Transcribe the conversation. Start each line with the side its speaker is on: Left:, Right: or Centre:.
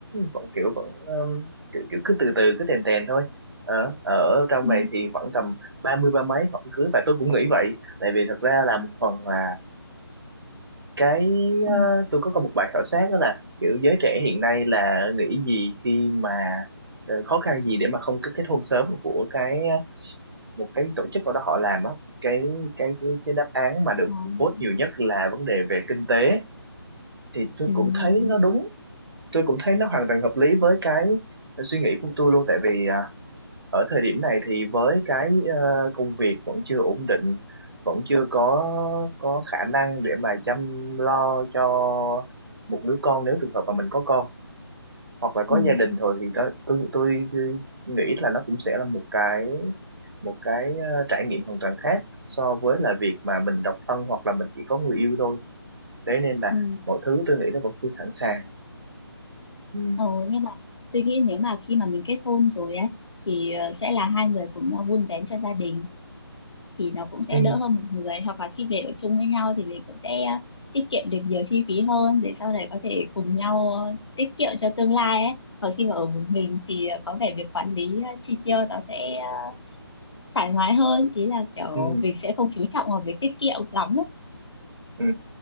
Right: vẫn kiểu vẫn um, kiểu, kiểu cứ từ từ cứ tèn tèn thôi ở ở trong
Left: ừ
Right: này thì khoảng tầm ba mươi ba mấy họ cưới và tôi cũng nghĩ vậy tại vì thật ra là một phần là cái ờ,
Left: ừ
Right: tôi có có một bài khảo sát đó là kiểu giới trẻ hiện nay là nghĩ gì khi mà ờ, khó khăn gì để mà không kết kết hôn sớm của cái ờ, một cái tổ chức nào đó họ làm á cái cái cái cái đáp án mà được
Left: ừ
Right: vote nhiều nhất là vấn đề về kinh tế thì tôi
Left: ừ
Right: cũng thấy nó đúng tôi cũng thấy nó hoàn toàn hợp lý với cái suy nghĩ của tôi luôn tại vì à, ở thời điểm này thì với cái ờ, công việc vẫn chưa ổn định vẫn chưa có có khả năng để mà chăm lo cho một đứa con nếu trường hợp mà mình có con hoặc là có
Left: ừ
Right: gia đình thôi thì tôi tôi, tôi, tôi nghĩ là nó cũng sẽ là một cái một cái ờ, trải nghiệm hoàn toàn khác so với là việc mà mình độc thân hoặc là mình chỉ có người yêu thôi đấy nên là
Left: ừ
Right: mọi thứ tôi nghĩ nó vẫn chưa sẵn sàng Ừ.
Left: ừ nhưng mà tôi nghĩ nếu mà khi mà mình kết hôn rồi ấy thì ờ, sẽ là hai người cùng nhau vun vén cho gia đình thì nó cũng sẽ
Right: ừ
Left: đỡ hơn một người hoặc là khi về ở chung với nhau thì mình cũng sẽ à, tiết kiệm được nhiều chi phí hơn để sau này có thể cùng nhau ờ, tiết kiệm cho tương lai ấy còn khi mà ở một mình thì ờ, có vẻ việc quản lý ờ, chi tiêu nó sẽ ờ, thoải mái hơn ý là kiểu
Right: ừ
Left: mình sẽ không chú trọng vào việc tiết kiệm lắm ấy.
Right: ừ